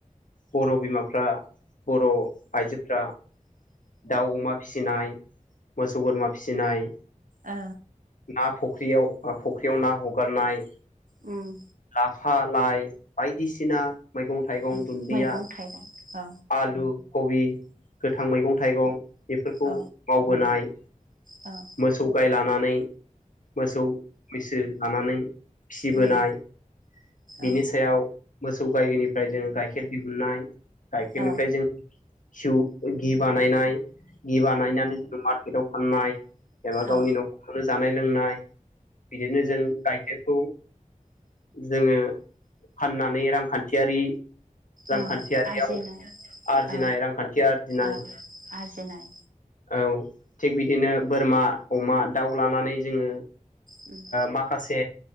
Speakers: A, on the left; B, on the right.
A: बर' बिमाफ्रा बर' आइजोफ्रा दाउ अमा फिसिनाय मोसौ बोरमा फिसिनाय
B: ओ
A: ना फख्रियाव फख्रियाव ना हगारनाय
B: उम
A: लाफा लाइ बायदिसिना मैगं थाइगं
B: मैगं
A: दुन्दिया
B: थाइगं औ
A: आलु कबि गोथां मैगं थाइगं बेफोरखौ
B: औ
A: मावबोनाय
B: औ
A: मोसौ गाय लानानै मोसौ मैसो लानानै फिसिबोनाय
B: उम
A: बिनि
B: औ
A: सायाव मोसौ गायनिफ्राय जोङो गाइखेर दिहुननाय गाइखेरनिफ्राय
B: औ
A: जों जौ इदि बानायनाय बिदि बानायनानै जोङो मार्केटाव फाननाय एबा गावनि
B: औ
A: न'खर खौनो जानाय लोंनाय बिदिनो जों गाइखेरखौ जोङो फाननानै रांखान्थियारि रांखान्थियारियाव
B: ओ आरजिनाय
A: आरजिनाय
B: औ
A: रांखान्थि आरजिनाय
B: औ आरजिनाय
A: औ थिग बिदिनो बोरमा अमा दाउ लानानै जोङो
B: उम
A: माखासे